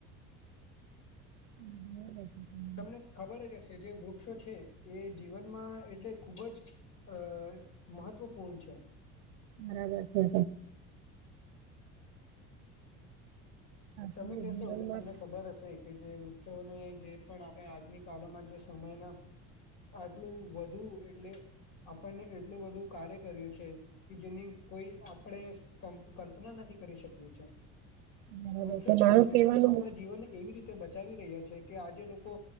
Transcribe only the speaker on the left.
તમને ખબર જ હશે જે વૃક્ષો છે એ જીવનમાં એટલે ખૂબ જ અ મહત્ત્વપૂર્ણ છે.
તમે
કહેશો જો તમને ખબર હશે કે જે વૃક્ષોની જે પણ આપણે આજની કાળમાં જે સમયના આટલું વધુ એટલે આપણને એટલું બધું કાર્ય કર્યું છે કે જેની કોઈ આપણેે કલ્ કલ્પના નથી કરી શકીયુ છે.
વૃક્ષો
જીવનને
આપણા જીવનને એવી રીતે બચાવી રહ્યા છે કે આજે લોકો